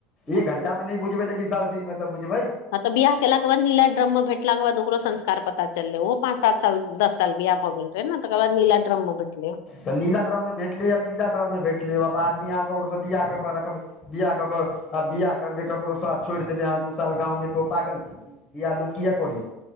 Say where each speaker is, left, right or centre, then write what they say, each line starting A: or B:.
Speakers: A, on the left; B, on the left.
A: एक घण्टामे नै बुझबै लेकिन दस दिनमे तऽ बुझबै
B: हँ तऽ बियाह केलाक के ब नीला ड्रम मे भेटलाक बादकरो संस्कार पता। चलले ओहो पाँच सात साल दस साल बियाह भऽ गेल रहे ने तकर बाद नीला ड्रम में भेटले
A: तऽ नीला ड्रममे भेटलै या पीला ड्रममे भेटलै आब आदमी अहाँके ककरो‌‌ स बिआह कऽ कऽ रखबै- बिआ कऽ कऽ आ बआाह करबै ककरो सरथ छोइड़ देबै अहाँ दू साल गाँवमे तऽ ओ पागल छै बियाह लोक किए कर